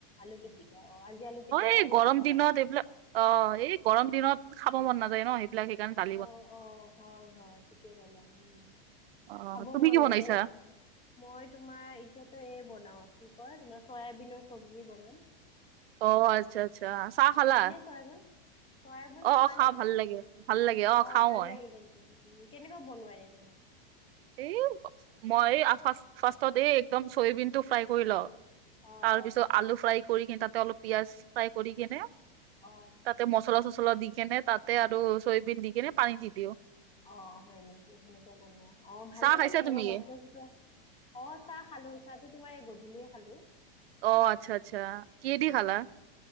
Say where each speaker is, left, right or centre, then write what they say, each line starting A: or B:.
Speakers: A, on the left; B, on the right.
A: আলু পিটিকা অ আজি আলু পিটিকা
B: এই গৰম
A: লগত খাবা
B: দিনত এইবিলাক অ এই গৰম দিনত খাব মন নাযায় ন সেই সেইবিলাক সেইকাৰণেই বাদ
A: অ অ হয় হয় ঠিকে কলা উম
B: অ',
A: খাবও
B: তুমি
A: মন
B: কি বনাইছা?
A: নাযায় মই তোমাৰ এতিয়াতো এই বনাও কি কয় তোমাৰ চয়াবিনৰ চব্জি বনাম।
B: অ আচ্ছা আচ্ছা চাহ খালা।
A: খোৱাচোন চয়াবিন
B: অ',
A: খোৱা
B: অ', খাওঁ
A: নে
B: ভাল লাগে ভাল লাগে
A: অ
B: খাওঁ
A: ভাল
B: মই।
A: লাগে কিন্তু উম কেনেকুৱা বনোৱা এনে তুমি
B: এই মই ফাষ্ট ফাৰ্ষ্টত এই একদম চয়বিন টো ফ্ৰাই কৰি লওঁ
A: অ',
B: তাৰপিছত
A: অ'।
B: আলু ফ্ৰাই কৰি কিনে তাতে অলপ পিয়াঁজ ফ্ৰাই কৰি কিনে
A: অ',
B: তাতে
A: আচ্ছা।
B: মছলা চচলা দি কেনে তাতে আৰু চয়াবিন দি কেনে পানী দি দিও
A: অ হয় নিকি সেনেকুৱা বনোৱা অ ভালে
B: চাহ খাইছা
A: লাগে এনেকুৱা
B: তুমি?
A: মচলা চছলা অ চাহ খালো চাহতো তোমাৰ এই গধূলিয়ে খালো
B: অ আচ্ছা আচ্ছা কিহে দি
A: উম,
B: খালা